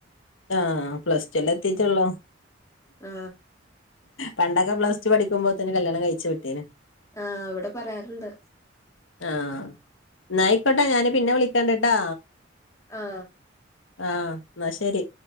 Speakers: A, on the left; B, on the left.
A: ആഹ പ്ലസ് ൽ എത്തിട്ടുള്ളൂ
B: ആ
A: പണ്ടൊക്കെ പ്ലസ് ടു പഠിക്കുമ്പോ തന്നെ കല്യാണം കഴിച്ചു വിട്ടേന്
B: ആഹ് ഇവിടെ പറയാറുണ്ട്
A: ആഹ എന്നായിക്കോട്ടെ ഞാന് പിന്നെ വിളിക്കണ്ട കേട്ടാ
B: ആ
A: ആഹ എന്നാ ശരി